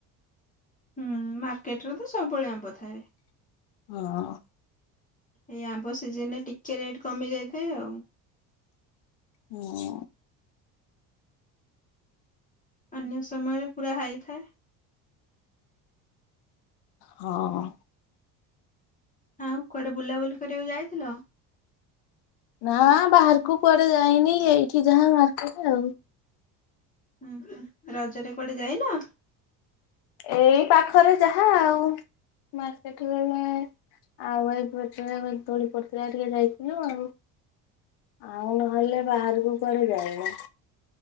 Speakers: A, on the left (about 15°); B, on the left (about 60°).
A: ହୁଁ ମାର୍କେଟରେ ତ ସବୁବେଳେ ଆମ୍ବ ଥାଏ।
B: ହଁ
A: ଏଇ ଆମ୍ବ ସିଜନ ରେ ଟିକେ ରେଟ କମି ଯାଇଥାଏ ଆଉ।
B: ହୁଁ
A: ଅନ୍ୟ ସମୟରେ ପୁରା ହାଇ ଥାଏ।
B: ହଁ
A: ଆଉ କୁଆଡେ ବୁଲାବୁଲି କରିବାକୁ ଯାଇଥିଲ?
B: ନା, ବାହାରକୁ କୁଆଡେ ଯାଇନି ଏଇଠି ଯାହା ମାର୍କେଟ ଆଉ।
A: ଉଁ ହୁଁଁ, ରଜରେ କୁଆଡେ ଯାଇନ?
B: ଏଇ ପାଖରେ ଯାହା ଆଉ ମାର୍କେଟ ଗଲେ ଆଉ ଏଇପରେ ଗୋ ଦୋଳି ପଡିଥିଲା ଟିକେ ଯାଇଥିଲୁ ଆଉ। ଆଉ ନହେଲେ ବାହାରକୁ କୁଆଡ଼େ ଯାଇନୁ।